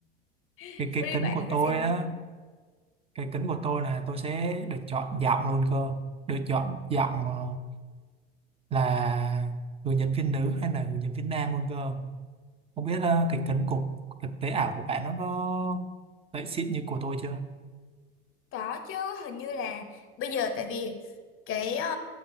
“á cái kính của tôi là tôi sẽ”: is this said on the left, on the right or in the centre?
Right